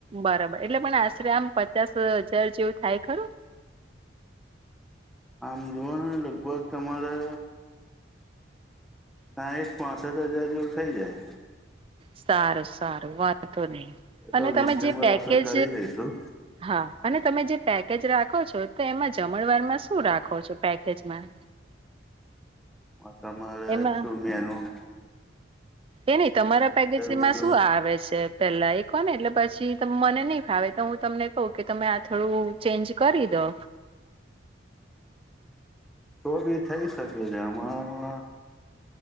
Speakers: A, on the right; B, in the centre.
A: બરાબર એટલે પણ આશરે આમ પચાસ હજાર જેવું થાય ખરું,
B: આમ જુઓ ને લગભગ તમારે, સાંઠ પાસઠ હજાર જેવું થઈ જાય.
A: સારું સારું વાંધંધો નહી
B: એ
A: અને
B: તો
A: તમે
B: રિઝનેબલ
A: જે પેકેજ,
B: આપડે કરી દઈશું
A: હા અને તમે જે પેકેજ રાખો છો તો એમાં જમણવાર માં શું રાખો છો પેકેજમાં,
B: તમારે
A: એમાં
B: શું મૈનું,
A: એ નઈ તમારા પેકેજમાં
B: મેનુ
A: શું આવે છે. પેલા એ કોહ ને એટલે પછી મને નઈ ફાવે તો હું તમને કહું કે તમે આ થોડું ચેન્જ કરી દો,
B: તો ભી થઈ શકે છે એમા હમાં,